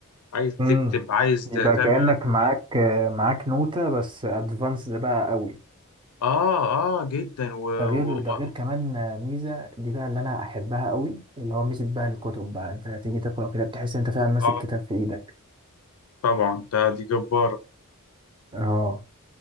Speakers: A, on the left; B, on the right.
A: عايز تكتب
B: امم
A: عايز تعمل
B: يبقى كأنك
A: اللي انت عايزه
B: معاك آه، معاك نوتة بس ادفانسد بقى قوي
A: اه اه جدا و...
B: ده غير
A: و...
B: ده
A: و...
B: غير كمان آه، ميزه دي بقى اللي انا احبها قوي اللي هو ميزه بقى الكتب بقى انت تيجي تقرا كده بتحس انت فعلا ماسك
A: اه
B: كتاب في ايدك
A: طبعا ده دي جبارة
B: اه